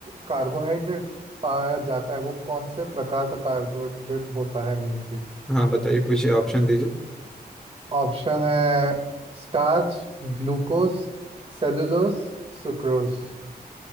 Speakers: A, on the right; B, in the centre.
A: कार्बोहाइड्रेट पाया जाता है वो कौन से प्रकार का कार्बोहाइड्रेट होता है मेनली
B: हाँ बताइए पूछिए ऑप्शन दीजिए
A: ऑप्शन है स्टार्च ग्लूकोस सेलुलोस सुक्रोज